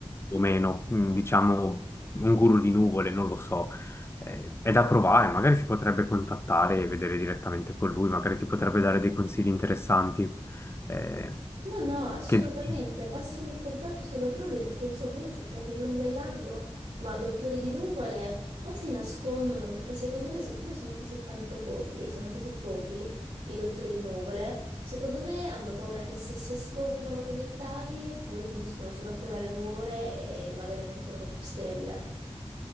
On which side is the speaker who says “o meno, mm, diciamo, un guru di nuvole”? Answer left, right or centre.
Left